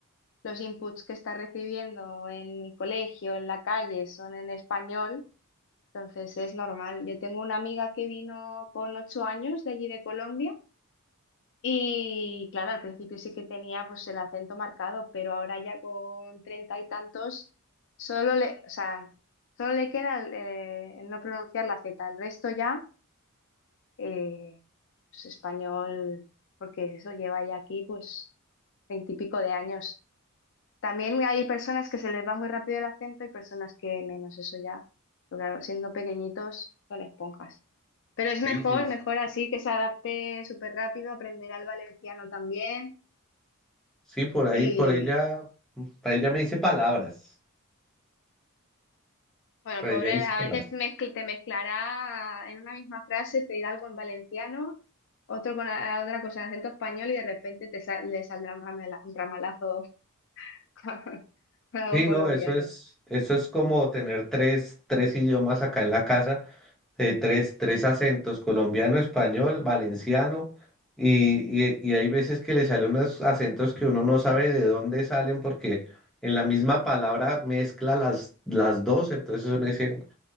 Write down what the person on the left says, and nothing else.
los inputs que está recibiendo en el colegio, en la calle, son en español, entonces es normal. Yo tengo una amiga que vino con ocho años de allí de Colombia y claro, al principio sí que tenía pues el acento marcado, pero ahora ya con treinta y tantos solo le, o sea, solo le queda el, eh, el no pronunciar la Z, el resto ya eh, pues, español, porque eso lleva ya aquí pues veintipico de años. También hay personas que se les va muy rápido el acento y personas que menos, eso ya. Pero claro, siendo pequeñitos son esponjas. Pero es mejor,
mejor así que se adapte súper rápido, aprenderá el valenciano también.
Y
bueno,
pobre,
a
veces mezcl- te mezclará en una misma frase, te dirá algo en valenciano, otro con a- otra cosa en acento español y de repente te sa- le saldrá un ramala- un ramalazo <laughs> Algo
colombiano.